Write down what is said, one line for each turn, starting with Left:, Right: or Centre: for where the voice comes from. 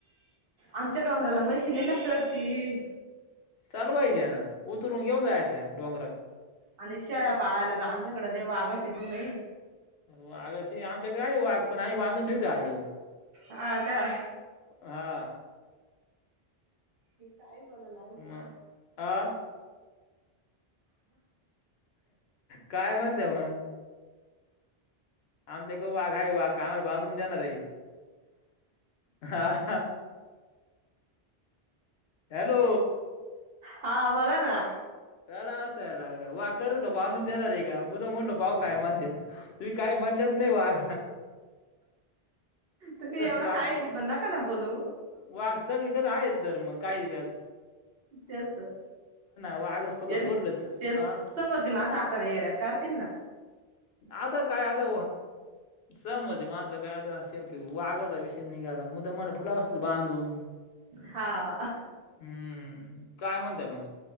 Right: आमच्या डोंगराला मशीन आहे ना चढती
Left: चाल पाहिजे ना उतरून घेऊन जायच डोंगरात
Right: आणि शेळ्या पाळायला तर आमच्याकडे देव आगायची तुम्ही
Left: वाघाची आमच्या काय वाघ पण आम्ही बांधून ठेवत आले हो
Right: हा का
Left: हा
Right: ह काय मला लाल पा
Left: मग अ काय म्हणते मग आमच्याक वाघा आहे वाघ काम बांधून देणार आहे हा हॅलो
Right: हा बोला ना
Left: त्याला असाय लागलं वा करत का बांधून देणार एक का म तर म्हणलो पाऊ काय म्हणते तुमही काही म्हणलंच नाही बाघ
Right: तुम्ही एवढं
Left: वाघ
Right: काही बी पण न का ना बोलू
Left: वाघ सगळी ग आहेत तरर मग कायत
Right: त्याच तर
Left: वाघच फक्त
Right: यार
Left: सोडलत
Right: तेच
Left: हा
Right: समोरचे मासं आपल्याला येड्यात काढतील ना
Left: आता काय आता समज माझं काय आता शेवटी वाघाचा विषय निघाला मुद मला तुला असल बांधून
Right: हा
Left: हम्म काय म्हणत मग